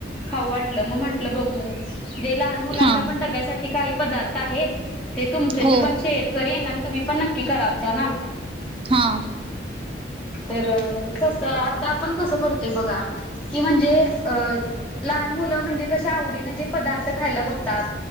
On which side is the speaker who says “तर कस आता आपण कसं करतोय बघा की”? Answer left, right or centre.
Centre